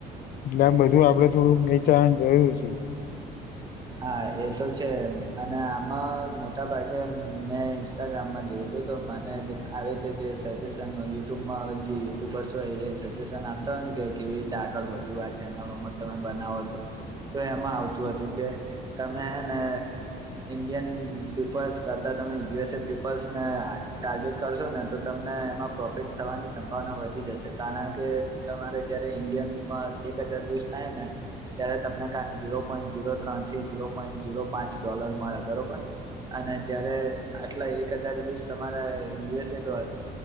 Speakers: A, on the left; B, on the right.
A: એટલે આમ બધું આપડે થોડું વિચારવાની જરૂર છે.
B: હા એ તો છે. અને આમાં મોટા ભાગે મેં ઇન્સ્ટાગ્રામમાં જોયું મને આવી રીતે જે સજેશન યુટ્યુબમાં આવે યુટ્યુબર્સ હોય એ સજેશન આપતા કે કેવી રીતે આગળ વધુ આ ચેનલોમાં તમે બનાવો તો. તો એમાં આવતું હતું કે તમે હેને ઇન્ડિયન પીપલ્સ કરતા તમે યુએસએ પીપલ્સને ટાર્ગેટ કરશો ને, તો તમને એમાં પ્રોફિટ થવાની સંભાવના વધી જશે. કારણ કે તમારે જયારે ઇન્ડિયનમાં એક હજાર વલુઝ થાય ને ત્યારે તમને કાક જીરો પોઈન્ટ જીરો ત્રણ થી જીરો પોઈન્ટ જીરો પાંચ ડોલર મળે બરોબર અને જયારે આટલા એક હજાર વ્યુસ તમારા યુએસએ ડો